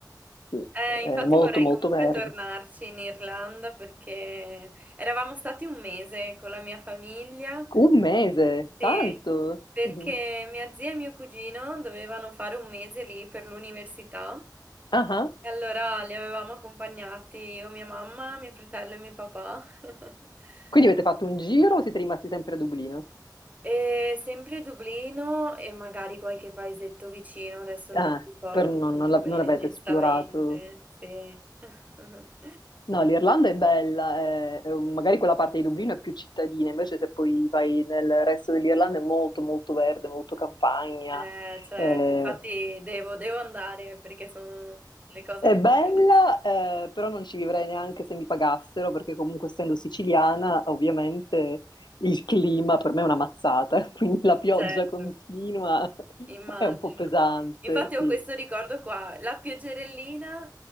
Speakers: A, on the left (about 75°); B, on the right (about 20°).
A: sì,
B: Eh,
A: è
B: infatti
A: molto
B: vorrei
A: molto
B: comunque
A: verde.
B: tornarci in Irlanda perché eravamo stati un mese con la mia famiglia
A: Un mese, tanto!
B: Sì, perché
A: Mhm.
B: mia zia e mio cugino dovevano fare un mese lì per l'università
A: Ah ah.
B: e allora li avevamo accompagnati io, mia mamma, mio fratello e mio papà. <laughs>
A: Quindi avete fatto un giro o siete rimasti sempre a Dublino?
B: E sempre Dublino e magari qualche paesetto vicino, adesso non
A: Ah,
B: mi ricordo
A: per non,
B: molto
A: non la-
B: bene,
A: non l'avete
B: onestamente.
A: esplorato?
B: Sì. <laughs>
A: No, l'Irlanda è bella, è- è- magari quella parte di Dublino è più cittadina, invece se poi vai nel resto dell'Irlanda è molto molto verde, molto campagna.
B: Eh, certo,
A: Eh,
B: infatti devo, devo andare perché sono le cose
A: è
B: che
A: bella,
B: mi piacciono.
A: eh, però non ci vivrei neanche se mi pagassero, perché comunque essendo siciliana, ovviamente il clima per me è una mazzata, <laughs> quindi la pioggia
B: Certo.
A: continua <laughs>
B: Immagino.
A: è un po' pesante,
B: Infatti ho
A: sì.
B: questo ricordo qua, la pioggerellina,